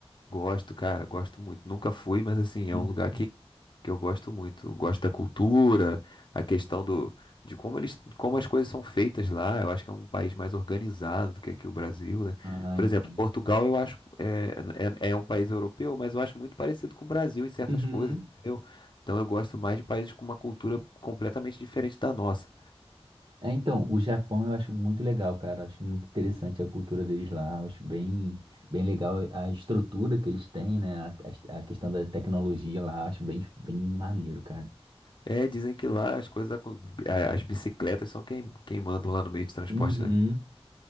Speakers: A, on the left; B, on the right.
A: Gosto, cara, gosto muito. Nunca fui, mas assim,
B: Uhum.
A: é um lugar que que eu gosto muito. Eu gosto da cultura, a questão do, de como eles, como as coisas são feitas lá. Eu acho que é um país mais organizado do que aqui o Brasil, né?
B: Ah,
A: Por
B: entendi.
A: exemplo, Portugal eu acho é, é, é um país europeu, mas eu acho muito parecido com o Brasil em certas
B: Uhum.
A: coisas, entendeu? Então eu gosto mais de países com uma cultura completamente diferente da nossa.
B: É, então, o Japão eu acho muito legal, cara. Acho muito interessante a cultura deles lá. Eu acho bem, bem legal a estrutura que eles têm, né? A, a- a questão da tecnologia lá, acho bem, bem maneiro, cara.
A: É, dizem que lá as coisas, acon- a- as bicicletas são quem, quem mandam lá no meio de transporte,
B: Uhum.
A: né?